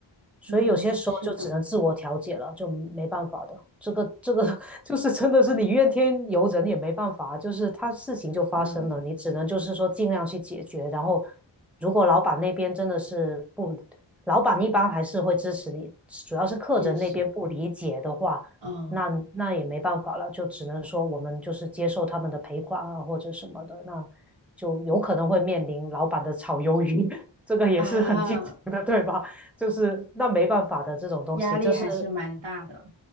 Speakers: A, in the centre; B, on the right.
A: 所以有些时候就只能自我调节了，
B: 嗯，是的，
A: 就没办法的。这个这个 <laughs> 就是真的是你怨天尤人也没办法，就是他事情就发生了，
B: 嗯，
A: 你只能就是说尽量去解决。然后，如果老板那边真的是不，老板一般还是会支持你，主要是客人那边不理解的话，
B: 也是，嗯
A: 那那也没办法了，就只能说我们就是接受他们的赔款啊，或者什么的，那就有可能会面临老板的炒鱿鱼，<laughs> 这个也是很经常的，
B: 啊，
A: 对吧？就是那没办法的这种东西，
B: 压力还是蛮大的，
A: 就是